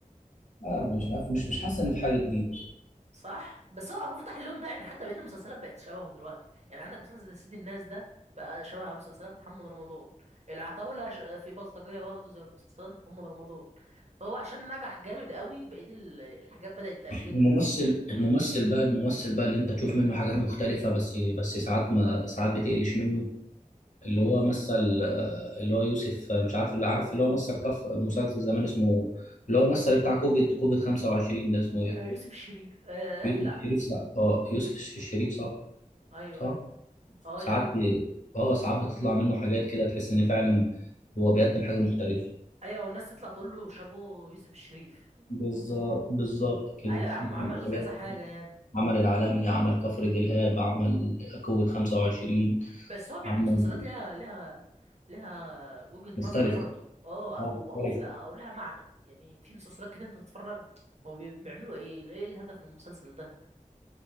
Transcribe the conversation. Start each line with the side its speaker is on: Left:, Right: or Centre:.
Left: آه مش عارف- مش مش حاسس ان في حاجه جديده
Right: صح بس هو هو فتح اللون ده يعني حتى بقيه المسلسلات بقت شبهه دلوقتي يعني عندك مسلسل زي سيد الناس ده بقى شبه مسلسلات محمد رمضان العتاولة ش- في بلطجية برضه زي مسلسلات محمد رمضان فهو عشان نجح جامد قوي بقيه ال- الحاجات بدأت تقلده
Left: الممثل
Right: يعني
Left: الممثل بقى الممثل بقى اللي انت تشوف منه حاجات مختلفة بس بس ساعات ما ساعات بتقلش منه اللي
Right: مم.
Left: هو مثل آه، اللي هو يوسف آه، مش عارف اللي عارف اللي هو مثل كف مسلسل زمان اسمه اللي هو مثل بتاع كوفيد كوفيد 25 ده اسمه ايه؟
Right: آه يوسف الشريف آه
Left: يوسف
Right: لا
Left: الشريف صح اه يوسف الش- الشريف صح
Right: ايوه
Left: صح
Right: ايوه اه
Left: ساعات
Right: يا عم
Left: بي... اه ساعات
Right: مم.
Left: بتطلع منه حاجات كده تحس ان فعلا هو بيقدم حاجة مختلفة
Right: ايوه والناس تطلع تقول له شابو يوسف الشريف
Left: بالظبط بالظبط كده
Right: ايوه يا عم
Left: بيعمل
Right: عمل
Left: حاجات
Right: كذا حاجة يعني
Left: عمل العالمي عمل كفر دلهاب عمل كوفيد 25
Right: بس هو بيعمل
Left: عمل
Right: مسلسلات لها لها لها وجهة
Left: مختلفة
Right: نظر برضه اه
Left: آه،
Right: او او
Left: مختلف
Right: فيها او لها معنى يعني في مسلسلات كتير انت تتفرج هو بي- بيعملوا ايه ايه الهدف من المسلسل ده